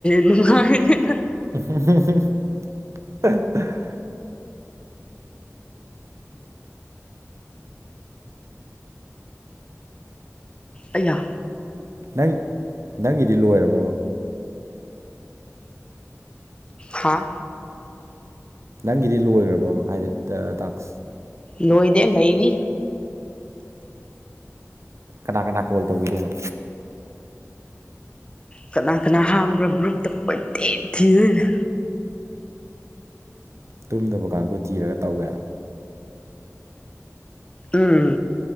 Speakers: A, on the left; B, on the right.
A: ꯅꯨꯡꯉꯅ
B: ꯑꯦ <inaudible>
A: ꯑꯩꯌꯥ
B: ꯅꯪ ꯅꯪꯒꯤꯗꯤ ꯂꯣꯏꯔꯕ
A: ꯍꯥꯥ
B: ꯅꯪꯒꯤꯗꯤ ꯂꯣꯏꯈ꯭ꯔꯕ ꯍꯥꯏꯗꯤ ꯇꯥꯛꯁ
A: ꯅꯣꯏꯗꯦ ꯅꯩꯔꯤ
B: ꯀꯅꯥ ꯀꯅꯥ ꯀꯣꯜ ꯇꯧꯕꯤꯒꯣꯏꯅꯣ
A: ꯀꯅꯥ ꯀꯅꯥ ꯍꯥꯡꯕ꯭ꯔꯥ ꯒ꯭ꯔꯨꯞꯇ ꯀꯣꯏꯇꯦꯟ ꯊꯤꯗꯣꯏꯅ
B: ꯇꯨꯝꯗꯕ ꯀꯥꯡꯕꯨ ꯊꯤꯔꯒ ꯇꯧꯋꯦꯕ
A: ꯎꯝ